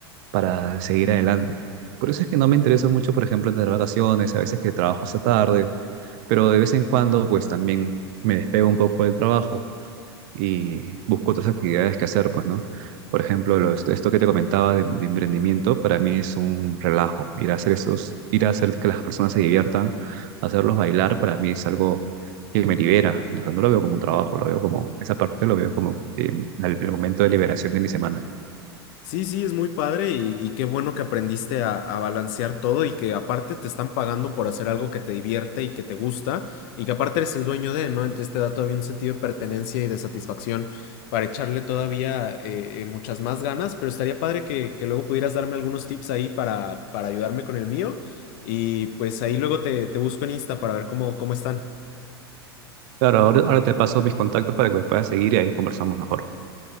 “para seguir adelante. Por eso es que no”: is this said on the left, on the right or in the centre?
Right